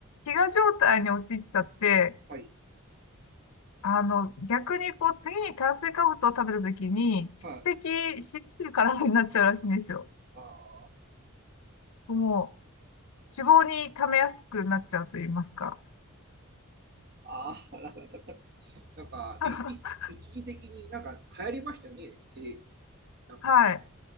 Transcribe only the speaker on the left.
う、飢餓状態に陥っちゃって、
あの、逆にこう、次に炭水化物を食べた時に、蓄積しやすい体になっちゃうらしいんですよ。
もう、脂肪に溜めやすくなっちゃうと言いますか。
<laughs>
はい。